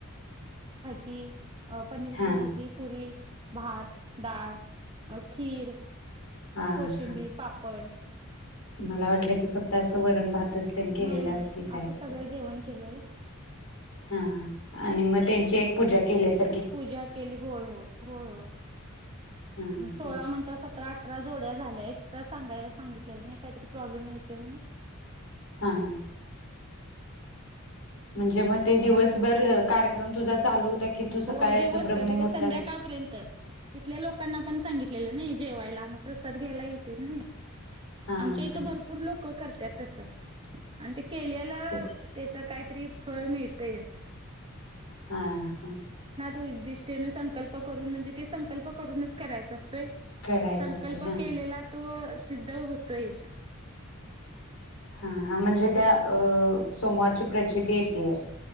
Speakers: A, on the right; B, on the left.
A: ती अ पनीरची
B: हा
A: भाजी, पुरी, भात डाळ, म खीर
B: हा
A: कोशिंबीर,
B: हा
A: पापड
B: मला वाटलं की फक्त असं वरण भात तसं तेन केलेलास
A: नाही नाही नाही
B: की काय असं,
A: सगळं जेवण केलेलं
B: हा हा आणि मग ते त्यांची एक पूजा केल्यात
A: पूजा केली होय होय होय होय
B: हा
A: सोळा
B: हा
A: म्हणता सतरा अठरा जोड्या झाल्या एक्स <unintelligible> सांगायला सांगितलेलं नाही काहीतरी प्रॉब्लेम येतोय म्हणून?
B: हा म्हणजे मग ते दिवसभर कार्यक्रम तुझा चालू होता की तू सकाळी
A: हो
B: असं
A: दिवसभर
B: ब्रह्ममुहूर्ता
A: दिवस संध्याकाळपर्यंत इथल्या लोकांना पण सांगितलेलं नाही जेवायला मग प्रसाद घ्यायला येतेेत नाही
B: हा
A: आमच्या इथं
B: हा
A: भरपूर लोकं करतात तस आणि ते केल्याल
B: ते
A: त्याच काय? की फळ मिळतेच
B: हा हा
A: उदिष्टेने संकल्प करून म्हणजे ते संकल्प करूनच करायचं असतं
B: करायचं
A: संकल्प
B: असते हा
A: केलेला तो सिद्ध होतोयच
B: हा हा म्हणजे त्या अ सोमवारची प्रचिती येतेच